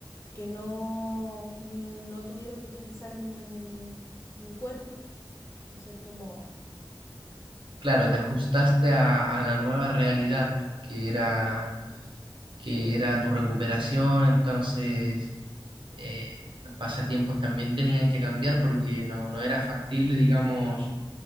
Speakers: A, on the left; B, on the right.
A: que no, no tuviera que utilizar mi, mi cuerpo, en cierto modo.
B: claro, te ajustaste a, a la nueva realidad, pues, que era, que era tu recuperación, entonces eh, los pasatiempos también tenían que cambiar porque no, no era factible, digamos,